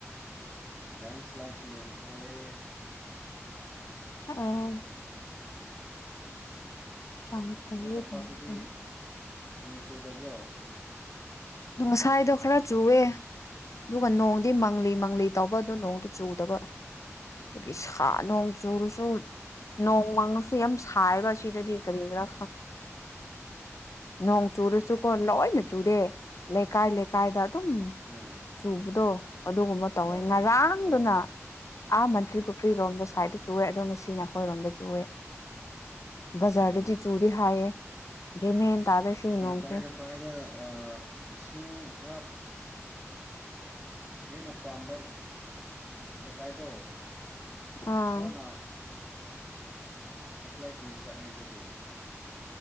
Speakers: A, in the centre; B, on the left.
A: ꯂꯦꯟꯁ꯭ꯂꯥꯏꯠꯁꯨ ꯌꯥꯝ ꯊꯣꯛꯑꯦ
B: ꯑꯥ ꯌꯥꯝ ꯐꯩꯌꯦ
A: ꯅꯣꯏ ꯇꯝꯄꯥꯛꯇꯨꯗꯤ
B: ꯌꯥꯝ ꯐꯩ
A: ꯅꯣꯡ ꯆꯨꯗꯕ꯭ꯔꯣ
B: ꯑ ꯉꯁꯥꯏꯗꯣ ꯈꯔ ꯆꯨꯑꯦ ꯑꯗꯨꯒ ꯅꯣꯡꯗꯤ ꯃꯪꯂꯤ ꯃꯪꯂꯤ ꯇꯥꯎꯧꯕ ꯑꯗꯨ ꯅꯣꯡꯗꯨ ꯆꯨꯗꯕ ꯑꯗꯨꯒꯤ ꯁꯥ ꯅꯣꯡ ꯆꯨꯔꯨꯁꯨ ꯅꯣꯡ ꯋꯥꯡꯅꯨꯁꯨ ꯌꯥꯝ ꯁꯥꯏꯕ ꯁꯤꯗꯗꯤ ꯀꯔꯤ ꯀꯔꯤ ꯔꯥ <unintelligible> ꯅꯣꯡ ꯆꯨꯔꯁꯨꯀꯣ
A: ꯑꯣ
B: ꯂꯣꯏꯅ ꯆꯨꯔꯦ ꯂꯩꯀꯥꯏ ꯂꯩꯀꯥꯏꯗ ꯑꯗꯨꯝ
A: ꯎꯝ
B: ꯆꯨꯕꯗꯣ ꯑꯗꯨꯒꯨꯝꯕ ꯇꯧꯋꯦ
A: ꯑꯣ
B: ꯉꯔꯥꯡꯗꯨꯅ
A: ꯑꯣ
B: ꯑꯥ ꯃꯟꯇ꯭ꯔꯤ ꯄꯨꯈ꯭ꯔꯤꯔꯣꯝꯗ ꯁꯥꯏꯠꯇ ꯆꯨꯏ ꯑꯗꯣꯝ ꯁꯤ ꯅꯈꯣꯏꯔꯣꯝꯗ ꯆꯨꯏ ꯕꯖꯥꯔꯗꯗꯤ
A: ꯎꯝ
B: ꯆꯨꯔꯤ ꯍꯥꯏꯌꯦ ꯑꯗꯨ ꯃꯦꯟ ꯇꯥꯔ ꯁꯤ ꯅꯣꯡꯁꯦ
A: ꯂꯩꯀꯥꯏ ꯂꯩꯀꯥꯏꯗ ꯑꯥ ꯏꯁꯤꯡ ꯈꯔꯞ ꯍꯦꯟꯅꯄꯥꯕ ꯂꯩꯀꯥꯏꯗ
B: ꯑꯥ
A: ꯁꯣꯅ ꯁꯄ꯭ꯂꯥꯏ ꯄꯤꯕ ꯆꯠꯅꯦ ꯑꯗꯨꯗꯤ